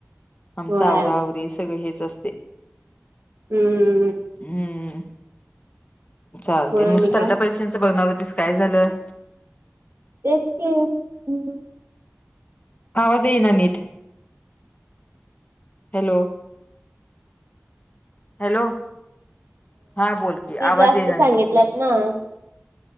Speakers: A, on the left (about 35°); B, on the right (about 70°).
A: आमचं
B: होय
A: आवरा आवरी सगळं हेच असते.
B: हम्म.
A: हम्म. चालतय. मग
B: आणि
A: स्पर्धा
B: काय
A: परीक्षानच बघणार होतीस काय झालं?
B: तेच की -
A: आवाज येईना नीट. हॅलो. हॅलो. हा बोलकी.
B: फी
A: आवाज
B: जास्त
A: येइना तुझ-
B: <unintelligible>